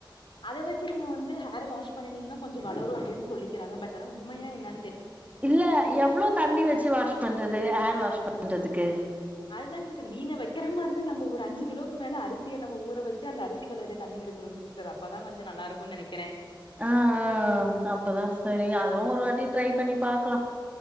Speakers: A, on the left; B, on the right.
A: அதை வச்சு நீங்க வந்து ஹேர் வாஷ் பண்ணீங்கன்னா கொஞ்சம் வளரும் அப்படின்னு சொல்லிக்காங்க பட் உண்மையா என்ன
B: இல்ல எவ்வளோ தண்ணி வச்சு வாஷ் பண்றது ஹேர் வாஷ் பண்றதுக்கு
A: அதுதான் சிஸ்டர் நீ வைக்கிற மாதிரிந்தா நம் ஒருஞ்சு கிலோக்கு மேல அரிசிய நம்ம ஊ வச்சு அந்த அரிச கலைய தண்ணி எடுணும் சி்டர் அப்பதான் கொஞ்சம் நல்லா இருக்கும்னு நினைக்கிறேன்
B: ஆஹ் ஆஹ் ஆஹ் அப்பதான் சரி அதுவும் ஒரு வாட்டி ட்ரை பண்ணி பாக்கலாம்